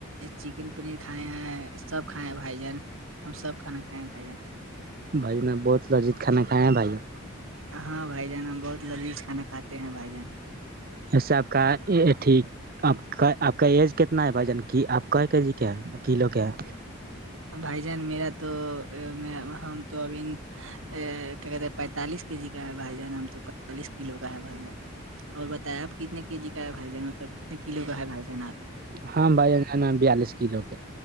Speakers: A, on the right (about 70°); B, on the right (about 45°).
A: چکن پنیر کھائے ہیں سب کھائے ہیں بھائی جان ہم سب کھانا کھائے ہیں بھائییا
B: بھائی نے بہت لذیت کانا کھیں ہیں بھائییا
A: ہاں بھائی جان ہم بہت لذیذ کھا کھاتے ہیں بھائی جان
B: ایسا آپ کہ ٹھیک آپ کا آپ کا ایج کتنا ہے بھائی جان کی آپ کا کے جی کے ہیں کلو کے ہیں
A: بھائی جان میرا تو میں ہم تو ابھی کہ کہتے پینتالیس کے جی کا ہے با جانیں ہم تو پینتالیس کلو کا ہے با جان اور بتیا آپ کتنے کے جی کا بھائی جان مطلب کتنے کلو کا ہے بھائی جان آپ
B: ہاں بھائیگانہ بیالیس کلو کے